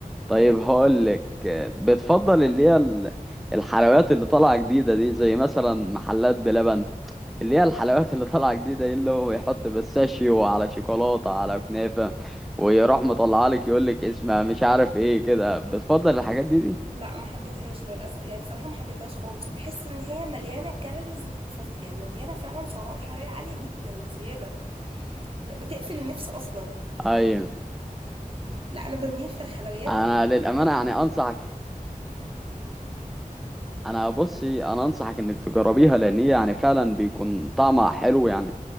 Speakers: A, in the centre; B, on the right.
A: طيب هقول لك بتفضل اللي هي ال- الحلويات اللي طالعه جديده دي زي مثلا محلات بلبن اللي هي الحلويات اللي طالعه جديده إيه اللي هو يحط بيستاشيو على شوكولاته على كنافه ويروح مطلعها لك يقول لك اسمها مش عارف ايه كده بتفضل الحاجات دي دي
B: لا ما حبيتهاش للاسف يعني بصراحة ما حبيتهاش خالص وبحس ان هي مليانة كالوريز فظ... يعني مليانة فعلا سعرات حرارية عالية جدا بزيادة ب- بتقفل النفس اصلا
A: ايوه
B: لا انا بميل في الحلويات
A: انا
B: للحلويات
A: للامانه
B: الرمضانية
A: يعني انصحك انا بصي انا انصحك انك تجربيها لان هي يعني فعلا بيكون طعمها حلو يعني